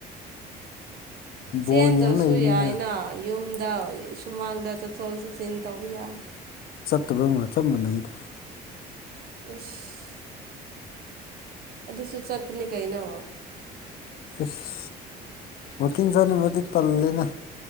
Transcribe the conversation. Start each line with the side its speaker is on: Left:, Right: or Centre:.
Right: ꯆꯦꯟꯗ꯭ꯔꯁꯨ
Left: ꯕꯣꯜ ꯌꯦꯡ ꯂꯩꯕꯅꯤꯅ
Right: ꯌꯥꯏꯅ ꯌꯨꯝ ꯗ ꯁꯨꯃꯥꯡꯗ ꯆꯠꯊꯣꯛ ꯆꯠꯁꯤꯟ ꯇꯧꯕ ꯌꯥꯏ
Left: ꯇꯨꯕꯝꯒ ꯆꯞ ꯃꯥꯟꯅꯩꯗ
Right: ꯑꯩꯁ ꯑꯗꯨꯁꯨ ꯆꯠꯄꯅꯤ ꯀꯩꯅꯣ
Left: ꯏꯁ ꯋꯥꯛꯀꯤꯡ ꯆꯠꯅꯕꯗꯤ ꯇꯜꯂꯤꯗꯥ